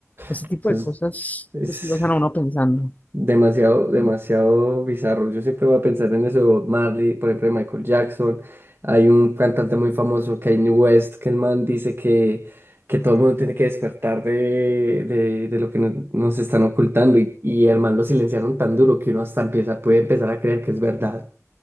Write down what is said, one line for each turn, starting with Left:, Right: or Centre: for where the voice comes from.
Left: Ese
Right: Entonces,
Left: tipo de cosas
Right: es.
Left: es- lo dejan a uno pensando.
Right: Demasiado, demasiado bizarro. Yo siempre voy a pensar en eso de Bob Marley, por ejemplo, de Michael Jackson. Hay un cantante muy famoso, Kanye West, que el man dice que, que todo el mundo tiene que despertar de, de, de lo que no- nos están ocultando. Y, y el man lo silenciaron tan duro que uno hasta empieza, puede empezar a creer que es verdad.